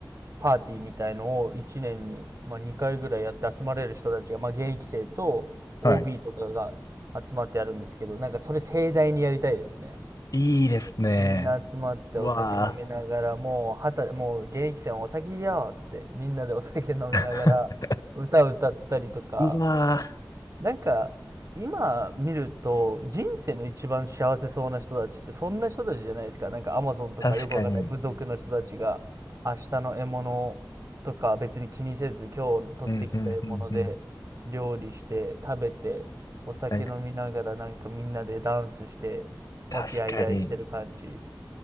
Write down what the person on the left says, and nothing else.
はい。
いいですね。
うわ
ー
<laughs> うわ
ー確かに。
うん、うん、うん、うん。
なんか、確かに。